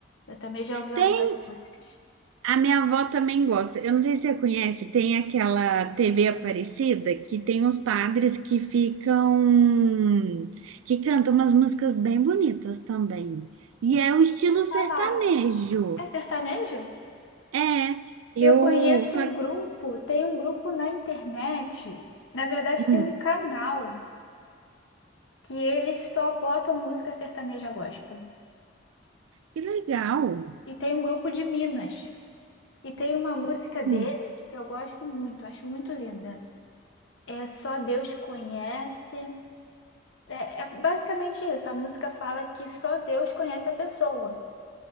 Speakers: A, on the left; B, on the right.
A: eu também já ouvi algumas
B: Tem
A: músicas.
B: A minha avó também gosta. Eu não sei se você conhece, tem aquela TV Aparecida que tem uns padres que ficam, que cantam umas músicas bem bonitas também. E é o
A: Eu
B: estilo
A: já ouvi
B: sertanejo.
A: falar. É sertanejo?
B: É, eu
A: Eu conheço
B: só.
A: um grupo, tem um grupo na internet. Na verdade,
B: Hum,
A: tem um canal. que eles só botam música sertaneja gospel.
B: que legal.
A: E tem um grupo de Minas. E tem uma música deles
B: Hum,
A: que eu gosto muito, acho muito linda. É Só Deus Conhece. É, é basicamente isso. A música fala que só Deus conhece a pessoa.